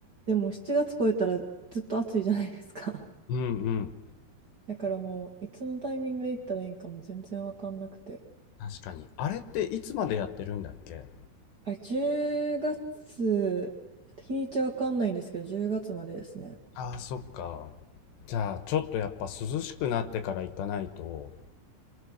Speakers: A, on the right; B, on the left.
A: でも7月超えたらずっと暑いじゃないですか。
B: うんうん。
A: <laughs> だからもう、いつのタイミングで行ったらいいんかも全然わかんなくて。
B: 確かに。あれっていつまでやってるんだっけ
A: あれ、10月、ちょっと日にちわかんないんですけど、10月までですね。
B: ああ、そっか。じゃあ、ちょっとやっぱ涼しくなってから行かないと。